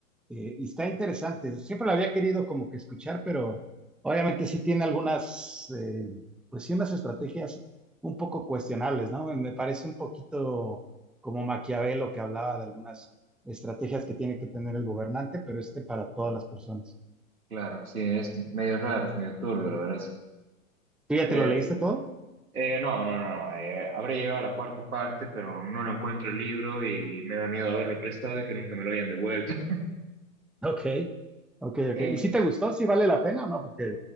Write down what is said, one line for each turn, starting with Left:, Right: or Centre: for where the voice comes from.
Centre: eh, y está interesante. Siempre lo había querido como que escuchar, pero obviamente sí tiene algunas, eh, pues sí, unas estrategias un poco cuestionables, ¿no? Me, me parece un poquito como Maquiavelo que hablaba de algunas estrategias que tiene que tener el gobernante, pero este para todas las personas.
Right: Claro, sí, es medio raro, es medio turbio, la verdad. es-
Centre: ¿Tú ya
Right: Eh,
Centre: te lo leíste todo?
Right: eh, no, no, no, no, eh, habré llegado a la cuarta parte, pero no lo encuentro el libro y me da miedo haberlo prestado y que nunca me lo hayan devuelto. <laughs>
Centre: Ok. Ok, ok.
Right: Eh,
Centre: ¿Y si te gustó? ¿Si vale la pena o no? Porque